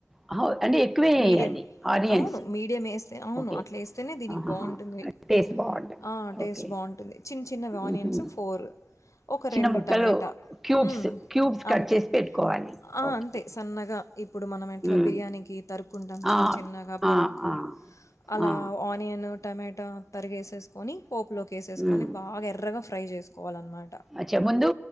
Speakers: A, in the centre; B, on the left (about 75°).
A: అహా అంటే ఎక్కువే వేయాలి
B: మీడియం.
A: ఆనియన్స్
B: అవును. మీడియం ఏస్తే అవును.
A: ఓకే
B: అట్లా ఏస్తేనే దీనికి
A: అహహ
B: బావుంటుంది.
A: టేస్ట్ బాగుంటది
B: ఆ! టేస్ట్
A: ఓకే
B: బావుంటుంది. చిన్న చిన్నవి అనియన్స్
A: ఉహుం.
B: పోర్ ఒక
A: చిన్న
B: రెండు
A: ముక్కలు
B: టమోటా
A: క్యూబ్స్
B: ఉమ్
A: క్యూబ్స్ కట్
B: అంతే
A: చేసి పెట్టుకోవాలి
B: అ
A: ఓకే
B: అంతే సన్నగ గ ఇప్పుడు మనం ఎట్లా
A: ఉమ్.
B: బిర్యానీకి తరుకుంటాం చిన్న
A: ఆ,
B: చిన్నగా పొడుగ్గా
A: ఆ, ఆ,
B: అలా
A: ఆ,
B: ఆనియన్ టమోటా తరిగేసేసుకొని పోపులోకి
A: ఉమ్.
B: కొని బాగా ఎర్రగా ఫ్రై చేస్ కోవాలన్నమాట
A: అచ్చా ముందు